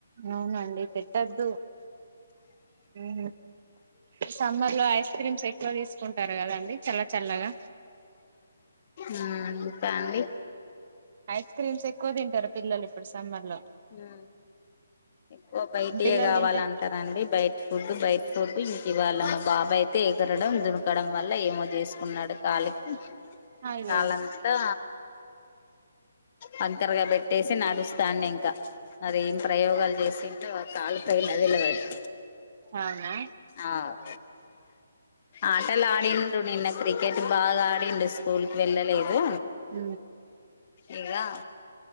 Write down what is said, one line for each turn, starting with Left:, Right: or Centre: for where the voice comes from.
Right: అవున అండి పెట్ ట్టదు ఊ ఈ సమ్మర్ లో ఐస్ క్రీమ్స్ ఎక్కువ తీసు కుంటరు కదండి చల్ల చల్లగా
Left: ఊ ఇంకా అండి
Right: ఐస్ క్రీమ్స్ ఎక్కువ తింటరు పిల్లలు ఇప్పుడు సమ్మర్ లో
Left: ఊ ఎక్కువ బయటియే
Right: పిల్లలు
Left: కావాలంటారండి
Right: తింటే
Left: బయట ఫుడ్ బయట ఫుడ్ ఇంక ఇవ్వాల మ బాబా ఐ ఎగరడం దునకడం వల్ల ఏమో చేసుకున్నాడు కాలికి
Right: అయ్యో
Left: కాాలంతా వంకర్గా బెట్ ట్టేసి నడుస్తాండి ఇంకా మరి ఏం ప్రయోగాలు చేసింటో కాలుపైన డెలవది
Right: అవునా
Left: ఆవ్ ఆని ఆడిండు నిన్న క్రికెట్ బాగా ఆడిండు స్కూల్కి వెళ్ళలేదు
Right: ఊ
Left: ఇగా